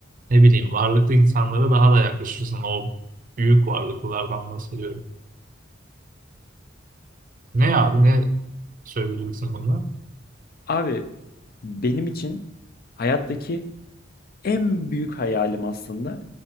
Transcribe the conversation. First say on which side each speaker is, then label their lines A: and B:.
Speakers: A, on the right; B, on the left.
A: ne bileyim varlıklı insanlara daha da yaklaşırsın. O büyük varlıklılardan bahsediyorum. Ne abi ne söyleyeceksin bununla?
B: Abi benim için hayattaki en büyük hayalim aslında